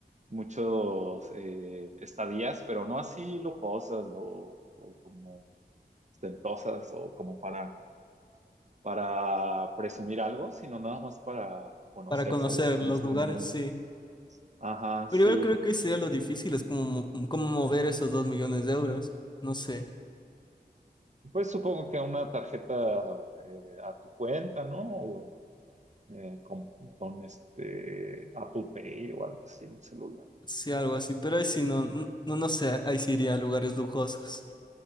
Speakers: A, on the right; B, on the left.
A: muchos eh, estadías, pero no así lujosas o, o como ostentosas o como para, para presumir algo, sino nada más para conocer,
B: Para conocer
A: ¿sabes? Conocer
B: los lugares,
A: el mundo.
B: sí.
A: Ajá,
B: Pero
A: sí,
B: igual creo que
A: no
B: sería
A: sé.
B: lo difícil,
A: como que eso
B: es como,
A: es
B: mo-
A: mi-
B: como mover esos dos millones de euros, no sé.
A: Y Pues supongo que una tarjeta eh, a tu cuenta, ¿no? O eh, con, con este Apple Pay o algo así en el celular.
B: Sí, algo así, pero ahí sí no, no, no no sé, ahí sí iría a lugares lujosos,